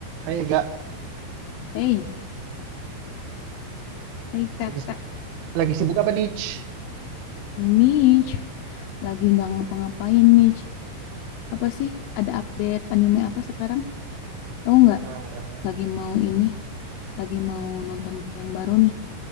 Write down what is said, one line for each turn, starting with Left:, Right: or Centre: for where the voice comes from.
Right: Hai Ega,
Left: Hei, hei kakak,
Right: lagi, lagi sibuk apa nih? Ci?
Left: Nich, lagi nggak ngapa-ngapain Nich. Apa sih? Ada update anime apa sekarang? Tahu nggak?
Right: Sekarang
Left: Lagi mau ini, lagi mau nonton yang baru nih,